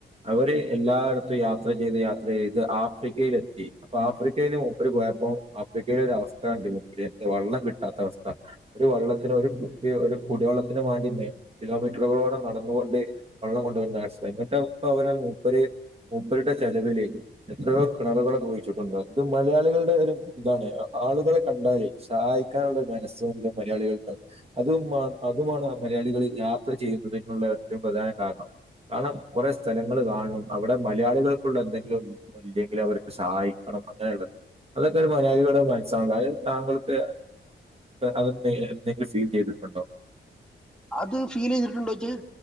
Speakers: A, on the right (about 30°); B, in the centre.
A: അവര് എല്ലായിടത്തും യാത്ര ചെയ്ത് യാത്ര ചെയ്ത് ആഫ്രിക്കയിലെത്തി അപ്പൊ ആഫ്രിക്കയില് ര് പോയപ്പോ ആഫ്രിക്കയിലൊരവസ്ഥ കണ്ടീനുമുപ്പര്ക്കു വെള്ളം കിട്ടാത്ത അവസ്ഥ ഒരു വള്ളം ഒരു കുട്ടി
B: ഉം
A: ഒരു കുടിവെള്ള വാണ്ടീട്ടെ കിലോമീറ്ററുകളോളം നടന്നുകൊണ്ട് വെള്ളം കൊണ്ടുവരുന്നവസ്ഥ ന്നട്ട്പ്പവര മൂപ്പര് മ്മൂപ്പർടെ ചെലവില് എത്രയോ കിണറുകളൊക്കെ കുഴിച്ചിട്ടുണ്ട് ഇത് മലയാള ആളുടെ ഒരു ഇതാണ് ആളുകളെ കണ്ടാലെയ് സഹായിക്കാനുള്ളൊരു മനസ്സണ്ട് മലയാളികൾക്ക് അതുമാണ് അതുമാണ് മലയാളികളിൽ യാത്ര ചെയ്യുന്നതിനുള്ള ഏറ്റവും പ്രധാന കാരണം കാരണം കുറെേ സ്ഥലങ്ങൾ കാണണം അവിടെ മലയാളികൾക്കുള്ള എന്തെങ്കിലും ഇല്ലെങ്കിലും അവർക്ക് സഹായിക്കണം അങ്ങനെയുള്ള അതൊക്കെ ഒരു മലയാളികളുടെ മനസ്സോണ്ടാ താങ്കൾക്ക് അത എന്തെങ്കിലും ഫീൽ ചെയ്തിട്ടുണ്ടോ
B: അത് ഫീൽ ചെയ്തിട്ടുണ്ട്ച്ചാൽ